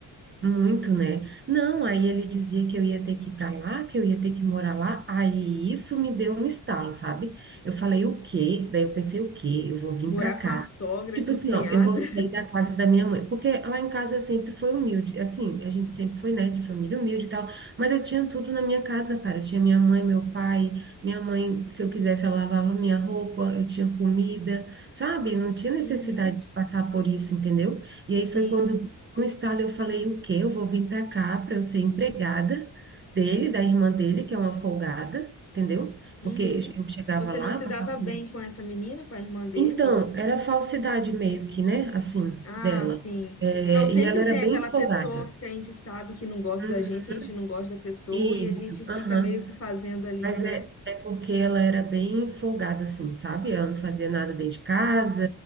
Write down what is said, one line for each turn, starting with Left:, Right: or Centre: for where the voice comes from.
Right: Muito, né? Não, aí ele dizia que eu ia ter que ir para lá, que eu ia ter que morar lá. Aí isso me deu um estalo, sabe? Eu falei o quê? Daí eu pensei o quê? Eu vou vir
Left: Morar
Right: para cá.
Left: com a sogra,
Right: Tipo
Left: com
Right: assim,
Left: a cunhada.
Right: ó, eu vou sair
Left: <laughs>
Right: da casa da minha mãe, porque lá em casa sempre foi humilde, assim, a gente sempre foi, né, de família humilde e tal, mas eu tinha tudo na minha casa, cara. Eu tinha minha mãe, meu pai, minha mãe, se eu quisesse, ela lavava minha roupa, eu tinha comida, sabe? Não tinha necessidade
Left: Uhum,
Right: de passar por isso, entendeu? E aí foi
Left: sim.
Right: quando um estalo, eu falei, o quê? Eu vou vir para cá para eu ser empregada dele, da irmã dele, que é uma folgada, entendeu?
Left: Uhum.
Right: Porque eu chegava
Left: Você
Right: lá,
Left: não se
Right: passava
Left: dava
Right: assim.
Left: bem com essa menina, com a irmã dele?
Right: Então, era falsidade meio que, né? Assim,
Left: Ah,
Right: dela.
Left: sim.
Right: É,
Left: Não, sempre
Right: e ela era
Left: tem
Right: bem
Left: aquela
Right: folgada.
Left: pessoa que a gente sabe que não gosta
Right: Uhum.
Left: da gente, a gente não gosta da pessoa
Right: Isso,
Left: e a gente fica
Right: aham.
Left: meio que fazendo ali,
Right: Mas
Left: né?
Right: é, é porque ela era bem folgada, assim, sabe? Ela não fazia nada dentro de casa,